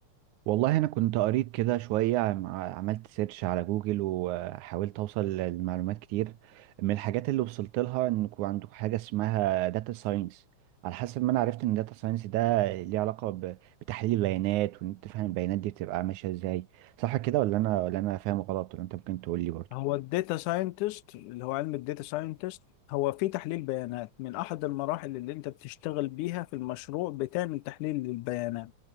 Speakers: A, on the right (about 80°); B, on the left (about 90°).
A: والله انا كنت قريت كده شويه عم- عملت سيرش على جوجل وحاولت اوصل لمعلومات كتير من الحاجات اللي وصلت لها انكم عندكم حاجه اسمها داتا ساينس على حسب ما انا عرفت ان داتا ساينس ده ليه علاقه ب- بتحليل البيانات وان انت تفهم البيانات دي بتبقى ماشيه ازاي صح كده ولا انا ولا انا فاهم غلط ولا انت ممكن تقول لي برضه
B: هو الداتا ساينتست اللي هو علم الداتا ساينتست هو في تحليل بيانات من احد المراحل اللي انت بتشتغل بيها في المشروع بتعمل تحليل للبيانات